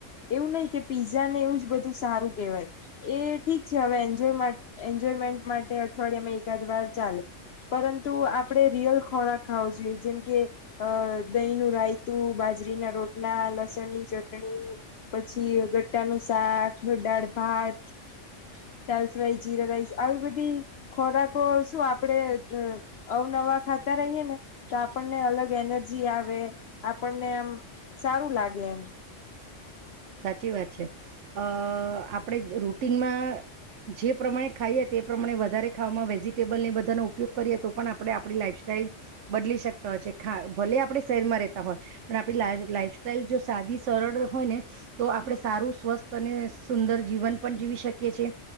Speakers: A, on the left; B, on the right.
A: એવું નહીં કે પીઝાને એવું જ બધું સારું કહેવાય, એ ઠીક છે હવે એન્જોય માટ એન્જોયમેન્ટ માટે અઠવાડિયામાં એકાદ વાર ચાલે, પરંતુ આપણે રિયલ ખોરાક ખાવો જોઈએ જેમકે અહ દહીંનું રાયતું, બાજરીના રોટલા, લસણની ચટણી, પછી ગટ્ટાનું શાક, દાળ ભાત, દાલ ફ્રાય, જીરા રાઈસ આવી બધી ખોરાકો શું આપડે અહ અવનવા ખાતા રહીએ ને તો આપણને અલગ એનર્જી આવે, આપણને આમ સારું લાગે એમ.
B: સાચી વાત છે. અહ આપણે જ રૂટિનમાં જે પ્રમાણે ખાઈએ તે પ્રમાણે વધારે ખાવામાં વેજીિટેબલને એ બધાનો ઉપયોગ કરીએ તો પણ આપણે આપણી લાઈઇફસ્ટાઈલ બદલી શકતા હોય છે. ખા ભલે આપણે શહેરમાં રહેતા હોય, પણ આપણી લાઈ લાઈફસ્ટાઈલ જો સાદી સરળ હોય ને તો આપણે સારું સ્વસ્થ અને સુંદર જીવન પણ જીવી શકીએ છીએ.